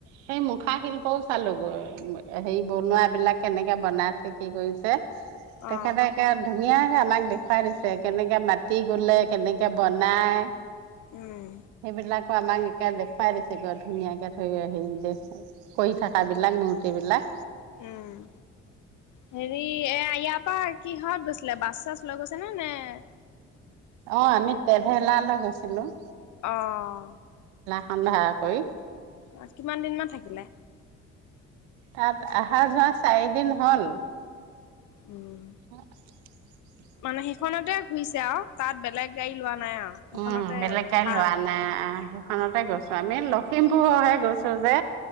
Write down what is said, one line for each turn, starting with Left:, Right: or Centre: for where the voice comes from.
Right: সেই মুখ- খা শিল্পও চালোঁগৈ। ম হেৰি বনোৱাবিলাক কেনেকে বনাইছে কি কৰিছে। তেখেতে
Left: অ
Right: একে ধুনীয়াকে- আমাক দেখুৱাই দিছে কেনেকে মাটি গলে, কেনেকে বনাই।
Left: উম
Right: সেইবিলাকো <unintelligible> <unintelligible> দেখুৱাই দিছে ক ধুনীয়াকে ধৰি হেৰি <unintelligible> হয়, কৰি থকা বিলাক নু- তি বিলাক
Left: উম। হেৰি এয়া, ইয়াৰ পৰা কিহত গৈছিলে? বাছ-চাছ লৈ গৈছেনে নে-
Right: অহ, আমি ট্ৰেভেলাৰৰ লৈ- গৈছিলোঁ
Left: অহ।
Right: <unintelligible> কৰি
Left: অ কিমান দিনমানান থাকিলে?
Right: তাত আহা যোৱা চাৰিদিন হ'ল।
Left: উম
Right: <unintelligible>
Left: মানে সেইখনতে ঘূৰিছে আৰু, তাত বেলেগ গাড়ী লোৱা- নাই আৰু সেইখনতে
Right: উম বেলেক গাৰি
Left: ভাল
Right: লোৱা নাই, অহ। খানতে গৈছোঁ, আমি লখিমপুৰ হৈহে গৈছোঁ যে।